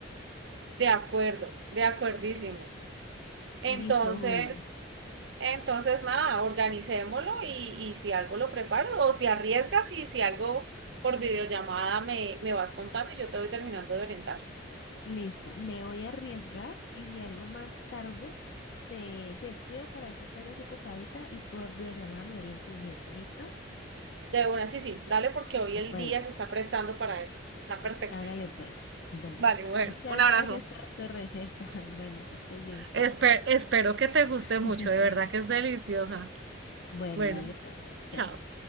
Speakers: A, on the right; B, on the left.
A: De acuerdo, de acuerdísimo. Entonces,
B: Listo, Juli.
A: entonces nada, organicémoslo y, y si algo lo preparo, o te arriesgas y si algo por videollamada me, me vas contando y yo te voy terminando de orientar.
B: Listo, me voy a arriesgar y si algo más tarde te, te escribo para ver si estás desocupadita y por videollamada me orientes bien. ¿Listo?
A: De una, sí, sí, dale porque hoy
B: Bueno,
A: el día se está prestando para eso. Está perfecto.
B: hágale pues. Bueno,
A: Vale, mujer,
B: muchas
A: un abrazo.
B: gracias por tu receta. <laughs> Bueno, que estés bien, chao.
A: Espe- espero que te guste
B: <laughs>
A: mucho, de verdad que es deliciosa.
B: Bueno,
A: Bueno,
B: dale pues, chao.
A: chao.